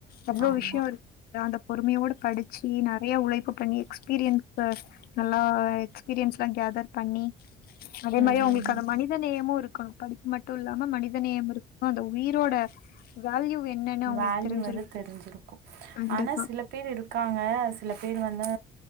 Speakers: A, on the left; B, on the right.
A: அவ்ளோ
B: ஆமா
A: விஷயொ இருக் அந்த பொறுமையோட படிச்சி நெறையா உழைப்பு பண்ணி எக்ஸ்பீரியன்சு நல்லா எக்ஸ்பீரியன்ஸ்லா கேதர் பண்ணி அதே
B: ம்
A: மாரி அவுங்களுக்கான
B: ம் ம்
A: மனித நேயமு இருக் க்கணு படிப்பு மட்டு இல்லாம மனிதநேயம் இருக்கும் அந்த உயிரோட வேல்யூ என்னன்னு அவங்களுக்கு
B: வேல்யூ
A: தெரிஞ்சிருக்கு
B: வந்து தெரிஞ்சிருக்கு
A: கண்டிப்பா
B: ஆனா சில பேர் இருக்காங்க சில பேர் வந் ந்து